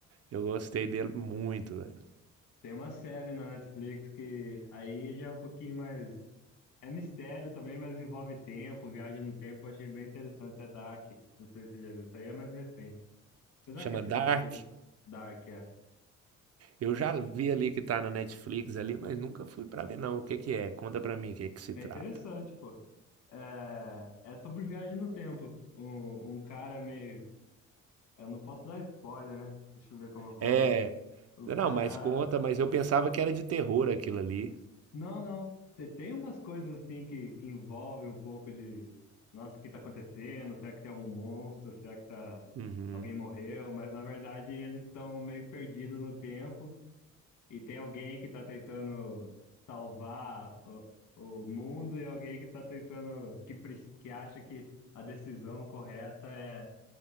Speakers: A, on the right; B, on the left.
A: eu gostei dele muito, velho.
B: tem uma série na Netflix que aí já é um pouquinho mais É mistério também, mas envolve tempo, viagem no tempo. Eu achei bem interessante. É Dark. Não sei se você já viu. Isso aí é mais recente. Apesar
A: Chama
B: que esse
A: Dark.
B: outro filme, Dark, é.
A: Eu já vi ali que tá na Netflix ali, mas nunca fui pra ver, não. O que que é? Conta pra mim o que que se
B: É
A: trata.
B: interessante, pô. É, é sobre viagem no tempo. Um, um cara meio. Eu não posso dar spoiler, né? Deixa eu ver como eu conto
A: É.
B: aí. O
A: Não,
B: cara.
A: mas conta, mas eu pensava que era de terror aquilo ali.
B: Não, não. Te- Tem umas coisas assim que, que envolvem um pouco de. Nossa, o que tá acontecendo? Será que tem algum monstro? Será que tá.
A: Uhum.
B: Alguém morreu, mas na verdade eles estão meio perdidos no tempo e tem alguém que tá tentando salvar o, o mundo e alguém que tá tentando, que, prec- que acha que a decisão correta é,